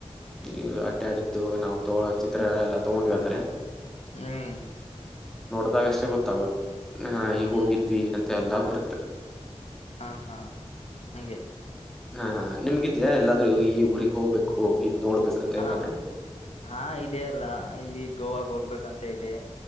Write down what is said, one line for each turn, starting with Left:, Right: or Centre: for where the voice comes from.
Centre: ನೀವು ಅಡ್ಡ ಆಡಿದ್ದು ನಾವು ತೋಗೋಳೋ ಚಿತ್ರಗಳೆಲ್ಲ ತಗೊಂಡ್ವಿ ಅಂದ್ರೆ
Left: ಹ್ಮ್
Centre: ನಾವುಅಷ್ಟೇ ಗೊತ್ತಾಗೋದು ನ ಈಗ್
Left: ಹ್ಮ್
Centre: ಹೋಗಿದ್ವಿ ಅಂತ ಎಲ್ಲ ಬರುತ್ತೆ.
Left: ಹಾ ಹಾ ಹಗೆ.
Centre: ಹಾ ನಿಮ್ಗಿದ್ಯಾಾ ಎಲ್ಲಾದ್ೂ ಈ ಊರಿಗ್ ಹೋಗ್ಬೇಕು. ನೋಡ್ಬೇಕಂತ
Left: ಹಾ
Centre: ಏನಾದ್ರು
Left: ಹಾ ಇದೆ ಅಲ್ಲ ಇಲ್ಲಿ ಗೋವಾಗ ಹೋಗ್ಬೇಕಂತ. ಇದೆ